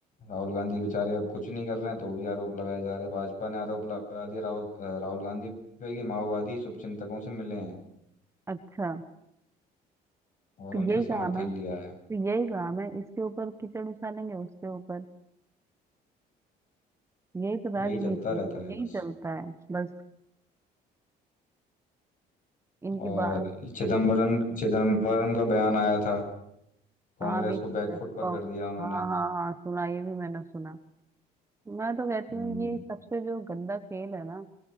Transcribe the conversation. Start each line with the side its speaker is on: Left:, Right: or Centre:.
Left: राहुल गांधी बेचारे अब कुछ नहीं कर रहे हैं तो भी आरोप लगाए जा रहे हैं भाजपा ने आरोप लगा दिया राहुल अ, राहुल गांधी पे कि माओवादी शुभचिंतकों से मिले हैं
Right: अच्छा
Left: और
Right: तो
Left: उनसे
Right: यही
Left: समर्थन
Right: काम है
Left: लिया है
Right: तो यही काम है इसके ऊपर कीचड़ उछालेंगे उसके ऊपर यही तो राजनीति
Left: यही चलता रहता है
Right: है
Left: बस
Right: यही चलता है बस इनकी
Left: और
Right: बात
Left: चिदम्बरम चिदम्बरम का बयान आया था कांग्रेस
Right: हाँ भी
Left: को बैकफुट
Right: हाँ
Left: पर कर दिया उन्होंने
Right: हाँ हाँ सुना ये भी मैंने सुना मैं तो कहती
Left: हम्म
Right: हूँ ये सबसे जो गंदा खेल है ना